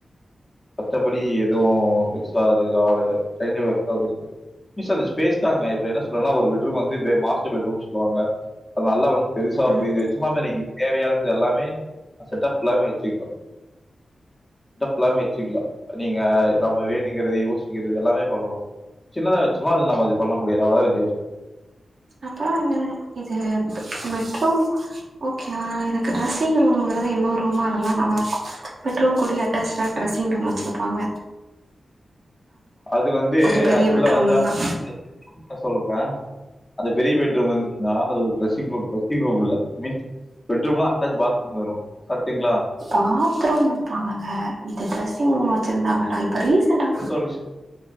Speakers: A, on the left; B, on the right.
A: மத்தபடி எதுவும் எதது ஆகாது <unintelligible> மிஸ் அந்த ஸ்பேஸ் தாங்க இப்ப என்ன சொல்றேன்னா ஒரு பெட்ரூம் வந்து மாஸ்டர் பெட்ரூம்னு சொல்லுவாங்க நல்லா வந்து பெருசா
B: ம்
A: பேய்தே சும்மா தேவையானது எல்லாமே செட் ஆஃப் பெளம்னு வெச்சுக்கோ செட் ஆஃப் பெளமே வெச்சுக்கலா நீங்க நம்ம வேணுங்கிறது யோசிக்கிறது எல்லாமே பண்லா சின்னதா வெச்சொம்னா அது நம்ம அது பண்ண முடியாது அவள தான் வித்யாசம்
B: அப்பொ இது பெட்ரூம் ஓகே யா எனக்கு டிரெஸ்ஸிங் ரூம்ங்கறது இன்நொரு ரூமா இருந்தா நல்லா இருக்கும் பெட்ரூம் கூட அட்டாச்டா ட்ரெஸ்ஸிங் ரூம் வெச்சிருப்பாங்க
A: அது வந்து
B: கொஞ்ச பெரிய
A: ஆக்சுவலா
B: பெட்ரூம்
A: வந்து
B: எல்லா
A: என்ன சொல்றேன் அது பெரிய பெட்ரூம் வந்துச்னா அது ஒரு ட்ரெஸ்ஸிங் ரூம் செட்டிங் ரூம் இல்ல மீன்ஸ் பெட்ரூம்ல அட்டாச் பாத் கர்ட்டிங்களா
B: பாத்ரூம் வெப்பாங்கங்க இது டிரெஸ்ஸிங் ரூம் வெச்சிருந்தாங்கன்ற இப்ப ரீசண்ட்டா
A: சொல்லிச்சு